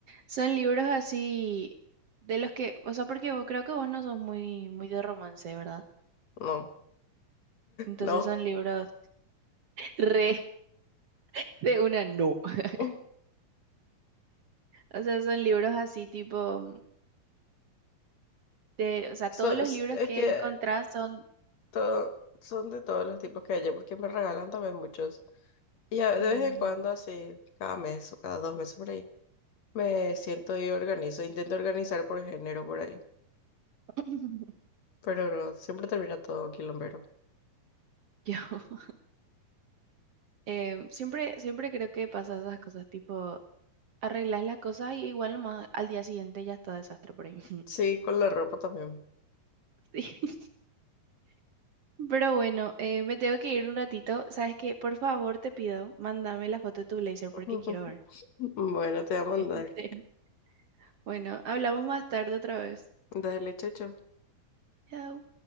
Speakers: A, on the right; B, on the left.
A: son libros así de los que, o sea, porque vos- creo que vos no sos muy, muy de romance, ¿verdad?
B: No,
A: Entonces
B: no.
A: son libros re <laughs> de una no. <laughs>
B: <laughs>
A: O sea, son libros así tipo de, o sea, todos
B: So-
A: los
B: es
A: libros que
B: que
A: encontrás son,
B: todo, son de todos los tipos que hay, porque me regalan también muchos. Y a-
A: Mm,
B: de vez en cuando, así, cada mes o cada dos meses por ahí, me siento y organizo. Intento organizar por género por ahí.
A: <laughs>
B: Pero no, siempre termina todo quilombero.
A: yo <laughs> em, siempre, siempre creo que pasa esas cosas, tipo, arreglas las cosas y igual nomás al día siguiente ya está desastre por ahí. <laughs>
B: Sí, con la ropa también.
A: Sí. Pero bueno, eh, me tengo que ir un ratito. ¿Sabes qué? Por favor, te pido, mándame la foto de tu blazer porque
B: <laughs>
A: quiero ver.
B: Bueno, te voy a
A: <laughs>
B: mandar.
A: Sí. Bueno, hablamos más tarde otra vez.
B: Dale, chocho.
A: Chao.